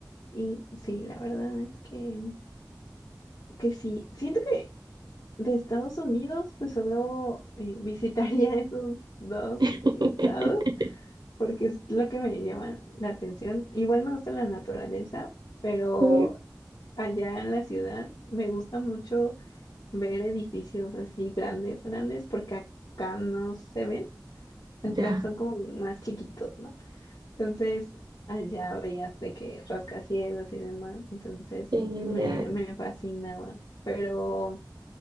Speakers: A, on the left; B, on the right.
A: Y sí, la verdad es que que sí, siento que de Estados Unidos, pues solo eh, visitaría <laughs> esos dos
B: <laughs>
A: estados, porque es lo que me llama la atención. Igual me gusta la naturaleza, pero
B: Sí.
A: allá en la ciudad me gusta mucho ver edificios así grandes, grandes, porque acá no se ven, acá
B: Ya,
A: son como más chiquitos, ¿no? Entonces, allá veías de que rascacielos y demás, entonces
B: qué genial.
A: me, me fascinaba, pero